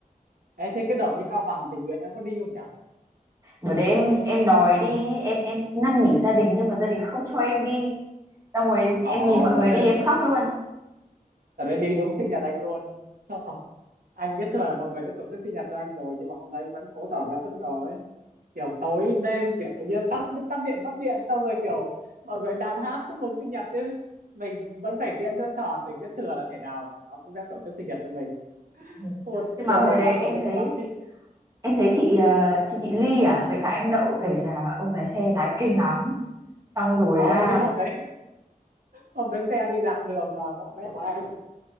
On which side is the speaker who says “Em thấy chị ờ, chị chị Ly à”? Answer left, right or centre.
Right